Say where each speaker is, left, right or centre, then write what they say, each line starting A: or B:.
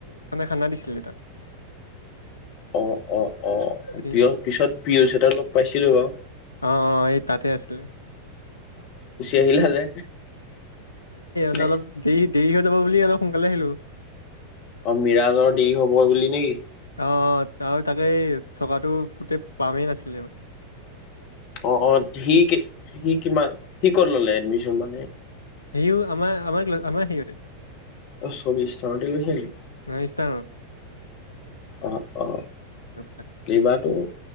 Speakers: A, on the left (about 80°); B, on the left (about 40°).
A: মানে খানা দিছিলে তাত।
B: অ অ। অ
A: এই
B: পিয় পিছত পিয়ুষ হেতক লগ পাইছিলো বাও।
A: অ অ এই
B: আহিলা যে
A: ল
B: নে
A: অলপ দেৰি দেৰি হৈ যাব বুলি অলপ সোনকালে আহিলো।
B: অ মিৰাজৰ দেৰি হব বুলি নেকি?
A: অ অ আৰু তাকে চকাটো পোতে পামেই নাছিলে মানে।
B: অ অ সি সি কিমান সি ক'ত ললে এডমিশন মানে?
A: সিও আমাৰ আমাৰ আমাৰ শেইওতে।
B: ত চবি স্থাৰটি লৈছ নি?
A: ইষ্টাৰ্ণত
B: অ অ
A: এনেকুৱা
B: এইবাৰাতো